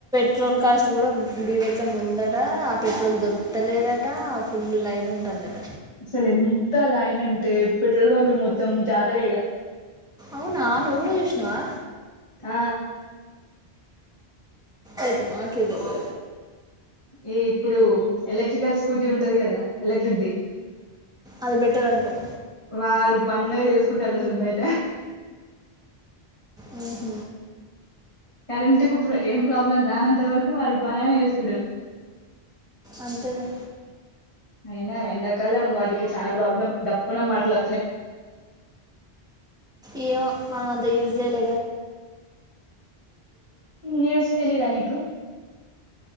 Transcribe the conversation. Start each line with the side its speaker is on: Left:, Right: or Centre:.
Centre: పెట్రోల్ కాస్ట్ కూడా బీవత్సంగా ఉందట ఆ పెట్రోల్ దొరకలేదట ఆ ఫుల్ లైన్ ఉంటుందట
Left: అసలు ఎంత లైన్ అంటే పెట్రోల్ బంకులు మొత్తం జాతరగా
Centre: అవునాను ఎవడో విష్ణవా
Left: ఆ
Centre: అదు మాకద పో
Left: ఈ ఇప్పుడు ఎలక్ట్రికల్ స్కూటీ ఉంటది కదా ఎలక్ట్రిక్దిి
Centre: అది బెటర్ అంటాం
Left: వాడు పండగ చేసుకుంటాడు అసలు బయట
Centre: ఆహ
Left: కరెంట్ కు ఏం ప్రాబ్లం రానంత వరకు వాడు పలానే వేసుకు
Centre: అంతేలా
Left: అయినా ఎంకాలం వాటికి చాలా ప్రాబ్లం డప్పున మాట్లా
Centre: ఏయ్యో మ అద జ ఎల
Left: న్యూస్ తెలీదా నీకు